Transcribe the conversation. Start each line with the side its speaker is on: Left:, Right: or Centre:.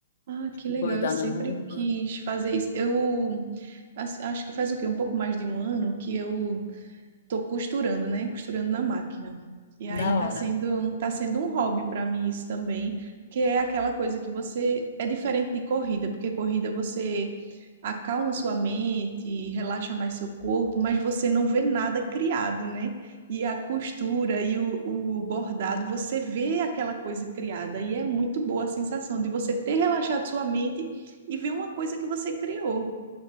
Right: Ah, que
Left: Bordar
Right: legal. Eu sempre
Left: na roupa.
Right: quis fazer isso. Eu as- acho que faz o quê? Um pouco mais de um ano que eu tô costurando, né? Costurando na máquina. E aí
Left: Da
Right: tá
Left: hora.
Right: sendo, tá sendo um hobby para mim isso também, porque é aquela coisa que você é diferente de corrida, porque corrida você acalma sua mente, relaxa mais seu corpo, mas você não vê nada criado, né? E a costura e o, o bordado, você vê aquela coisa criada e é muito boa a sensação de você ter relaxado sua mente e ver uma coisa que você criou.